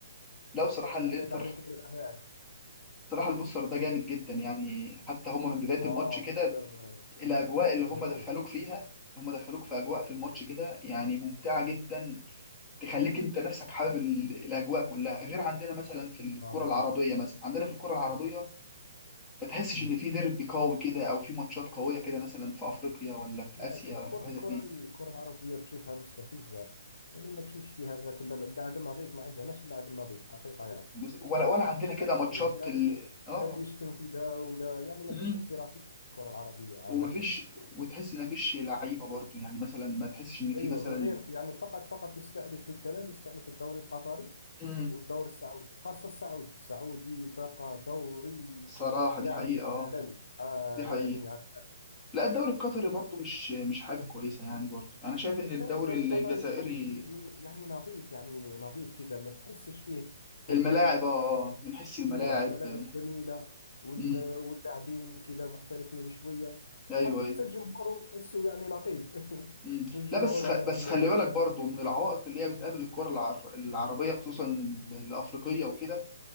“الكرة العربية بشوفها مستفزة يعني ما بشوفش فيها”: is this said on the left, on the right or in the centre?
Left